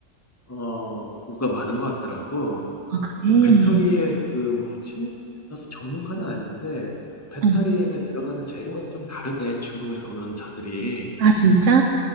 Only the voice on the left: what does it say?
어, 우가 많은 것 같더라고.
그 배터리에 그, 뭐지? 나도 전문가는 아닌데, 배터리에
들어가는 재료가 좀 다르대, 중국에서 오는 차들이.